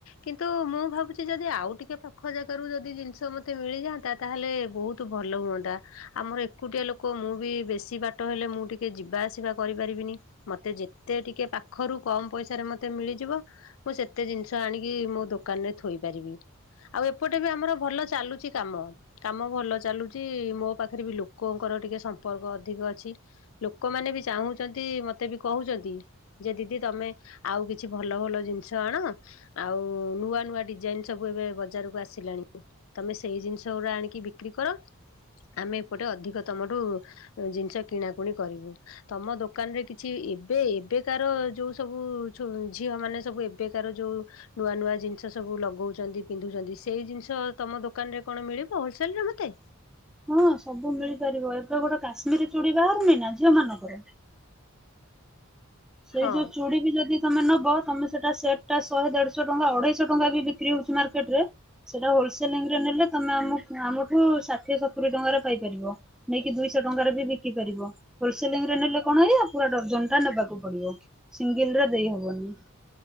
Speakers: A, on the left; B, in the centre.
A: କିନ୍ତୁ ମୁଁ ଭାବୁଛି ଯଦି ଆଉ ଟିକେ ପାଖ ଜାଗ ରାରୁ ଯଦି ଜିନିଷ ମତେ ମିଳିଯାଆନ୍ତା। ତାହେଲେ ବୋହୁତ୍ ଭଲ ହୁଅନ୍ତା, ଆମର ଏକୁଟିଆ ଲୋକ ମୁଁ ବି ବେଶୀ ବାଟ ହେଲେ ମୁଁ ଟିକେ ଯିବା ଆସିବା କରିପାରିବିନି। ମତେ ଯେତେ ଟିକେ ପାଖରୁ କମ୍ ପଇସାରେ ମତେ ମିଳିଯିବ। ମୁଁ ସେତେ ଜିନିଷ ଆଣିକି ମୋ ଦୋକାନରେ ଥୋଇ ପାରିବି। ଆଉ ଏପଟେ ବି ଆମର ଭଲ ଚାଲୁଚି କାମ। କାମ ଭଲ ଚାଲୁଛି ମୋ ପାଖରେ ବି ଲୋକଙ୍କର ଟିକେ ସମ୍ପର୍କ ଅଧିକ ଅଛି। ଲୋକମାନେ ବି ଚାହୁଁଛନ୍ତି ମତେ ବି କହୁଛନ୍ତି। ଯେ ଦିଦି ତମେ ଆଉ କିଛି ଭଲ ଭଲ ଜିନିଷ ଆଣ। ଆଉ ନୂଆ ନୂଆ ଡିଜାଇନ ସବୁ ଏବେ ବଜାରକୁ ଆସିଲାଣି। ତମେ ସେଇ ଜିନିଷ ଗୁଡା ଆଣିକି ବିକ୍ରି କର ଆମେ ଏପଟେ ଅଧିକ ତମଠୁ ଜିନିଷ କିଣାକୁଣି କରିବୁ। ତମ ଦୋକାନରେ କିଛି ଏବେ ଏବେକାର ଯୋଉଁ ସବୁ ଝିଅ ମାନେ ସବୁ ଏବେକାର ଯୋଉଁ ନୂଆ ନୂଆ ଜିନିଷ ସବୁ ଲଗଉଛନ୍ତି, ପିନ୍ଧୁଛନ୍ତି ସେଇ ଜିନିଷ ତମ ଦୋକାନରେ କଣ ମିଳିବ ହୋଲସେଲ୍ ରେ ମୋତେ।
B: ହଁ ସବୁ ମିଳିପାରିବ ଏବେ ଗୋଟେ କାଶ୍ମୀର ଚୁଡି ବାହାରୁନି ନା ଝିଅ ମାନଙ୍କର। ସେଇ
A: ହଁ।
B: ଯୋଉଁ ଚୁଡି ବି ଯଦି ତମେ ନବ ତମେ ସେଟା ସେଟ୍ ଟା ଶହେ ଦେଢଶହ ଟଙ୍କା ଅଢେଇଶହ ଟଙ୍କା ବି ବିକ୍ରି ହଉଛି ମର୍କେଟ୍ ରେ। ସେଟା ହୋଲସେଲିଂ ରେ ନେଲେ ତମେ ଆମ ଆମଠୁ ଷାଠିଏ ସତୁରି ଟଙ୍କାରେ ପାଇପାରିବ। ନେଇକି ଦୁଇଶହ ଟଙ୍କାରେ ବି ବିକି ପାରିବ ହୋଲସେଲିଂ ରେ ନେଲେ କଣ ହେଇ ପୁରା ଡଜନ ଟା ନବାକୁ ପଡିବ ସିଙ୍ଗିଲ ର ଦେଇ ହବନି।